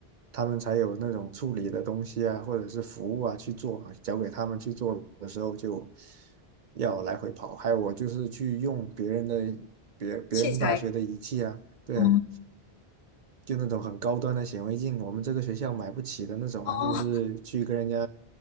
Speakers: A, on the right (about 55°); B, on the left (about 80°).
A: 他们才有那种处理的东西啊，或者是服务啊去做，交给他们去做的时候就要来回跑。还有我就是去用别人的别别人大学的仪器啊，
B: 器材。
A: 对，
B: 哦
A: 就那种很高端的显微镜，我们这个学校买不起的那种啊，
B: 哦，
A: 就是去跟人家